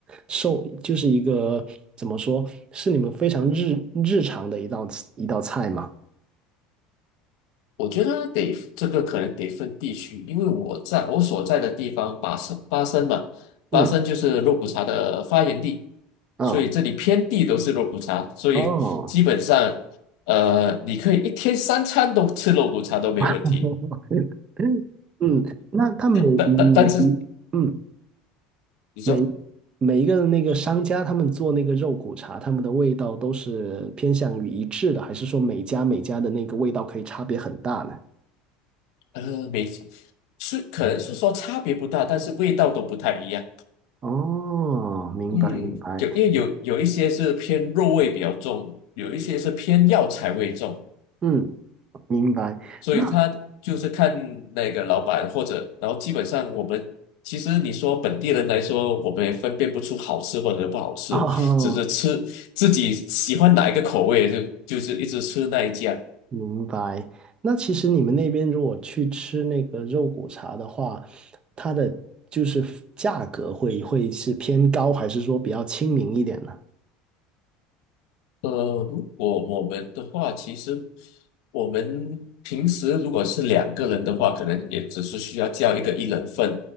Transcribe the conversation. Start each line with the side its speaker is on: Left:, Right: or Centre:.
Right: 受，就是一个怎么说，是你们非常日日常的一道一道菜吗？
Left: 我觉得得这个可能得分地区，因为我在我所在的地方巴生巴生嘛，
Right: 嗯，
Left: 巴生就是肉骨茶的发源地，
Right: 啊，
Left: 所以这里遍地都是肉骨茶，所以基本上，
Right: 哦，
Left: 呃，你可以一天三餐都吃肉骨茶都没问题。
Right: <laughs> 嗯，那它每每
Left: 但但但是
Right: 嗯。
Left: 你说。
Right: 每。每一个那个商家他们做那个肉骨茶，他们的味道都是偏向于一致的，还是说每家每家的那个味道可以差别很大呢？
Left: 呃，没，是可能是说差别不大，但是味道都不太一样。
Right: 哦，明白明白，
Left: 嗯，有因为有有一些是偏肉味比较重，有一些是偏药材味重，
Right: 嗯，明白。
Left: 所以他就是看那个老板或者，
Right: 那
Left: 然后基本上我们其实你说本地人来说，我们也分辨不出好吃或者不好吃，
Right: 哦，
Left: 只是吃自己喜欢哪一个口味就就是一直吃那一家。
Right: 明白。那其实你们那边如果去吃那个肉骨茶的话，它的就是价格会会是偏高，还是说比较亲民一点呢？
Left: 呃，如果我们的话，其实我们平时如果是两个人的话，可能也只是需要叫一个一人份，